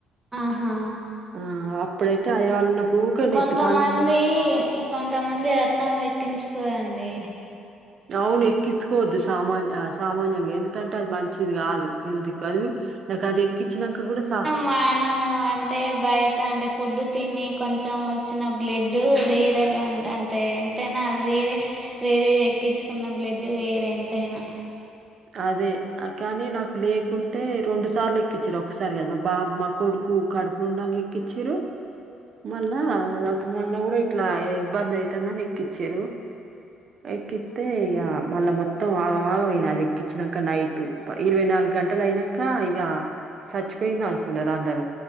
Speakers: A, on the right; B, on the right.
A: ఆహా
B: ఆ అప్పుడు ఇతే హైదరాబాద్ లో ఉన్నప్పుడు ఊకే నెత్తి
A: కొంతమంది
B: పండు
A: కొంతమంది రక్తం ఎక్కించుకోరడి.
B: అవును ఎక్కించుకోవద్దు. సామాన్ ఆ సామాన్యంగా ఎందుకంటే అది మంచిది కాదు. హెల్తీకాదు నాకు అది ఎక్కించాక కూడా సా
A: మాన అంత <unintelligible> అంటే బయట అంటే ఫుడ్ తిని కొంచెం వచ్చిన బ్లడ్ వేరగా ఉ అంటే ఎంతైనా వేరే వేరే ఎక్కించుకున్న బ్లడ్ వేరే ఎంతైనా
B: అదే కానీ నాకు లేకుంటే రెండు సార్లు ఎక్కించిల్లు ఒక్కసారి కాదు మా బాబు మా కొడుకు కడుపు ఉండగా ఎక్కిచ్చిరు. మళ్ళా నాకు మొన్న కూడా ఇట్లా ఇబ్బంది ఐతుందని ఎక్కిచిల్లు. ఎక్కితే
A: అవునా
B: ఈక మళ్ల మొత్త మొత్తం ఆగమాగమయినాది అది ఏకిచినక నైట్ ఇరవై నాలుగు గంటలు అయినాక ఇగా చచ్చిపోయింది అనుకున్నారు. అందరు